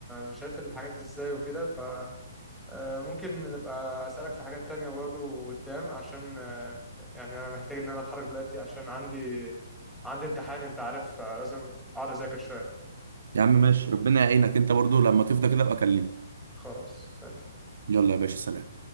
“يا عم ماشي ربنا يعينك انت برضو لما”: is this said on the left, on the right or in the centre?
Right